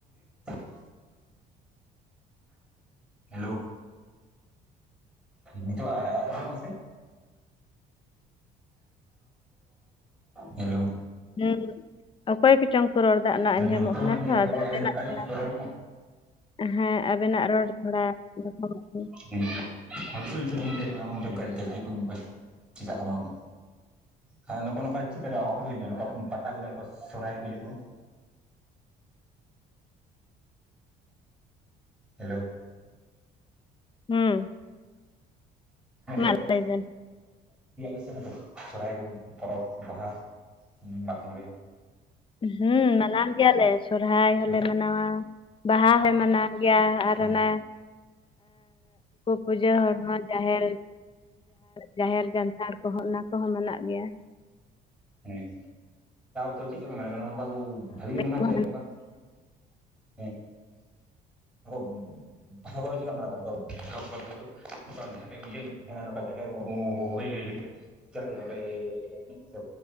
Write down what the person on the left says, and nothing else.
ᱦᱮᱸ ᱚᱠᱚᱭ ᱠᱚᱪᱚᱝ ᱠᱚ ᱨᱚᱲ ᱫᱟ ᱚᱱᱟ
ᱟᱸᱡᱚᱢᱚᱜ ᱠᱟᱱᱟ
ᱛᱚ
ᱟᱫᱚ
ᱚᱸᱰᱮᱱᱟᱜ ᱠᱟᱱᱟ,
ᱦᱮᱸ ᱟᱵᱮᱱᱟᱜ ᱨᱚᱲ ᱛᱷᱚᱲᱟ ᱵᱟᱝ ᱟᱸᱡᱚᱢᱚᱜ ᱠᱟᱱᱟ᱾
ᱦᱮᱸ ᱢᱟ
ᱞᱟᱹᱭ ᱵᱮᱱ
ᱦᱩᱸ ᱢᱟᱱᱟᱣ ᱜᱮᱭᱟᱞᱮ ᱥᱚᱨᱦᱟᱭ ᱦᱚᱞᱮ
ᱢᱟᱱᱟᱣ-ᱟ ᱵᱟᱦᱟ ᱦᱚᱞᱮ ᱢᱟᱱᱟᱣ-ᱟ᱾ ᱜᱮᱭᱟ ᱟᱨ
ᱚᱱᱟ ᱯᱩᱡᱟᱹ ᱦᱚᱲ ᱢᱟ ᱡᱟᱦᱮ ᱡᱟᱦᱮᱨ ᱡᱟᱱᱛᱷᱟᱲ ᱠᱚᱦᱚᱸ ᱚᱱᱟ ᱠᱚᱦᱚᱸ ᱢᱮᱱᱟᱜ ᱜᱮᱭᱟ᱾
ᱦᱩᱸ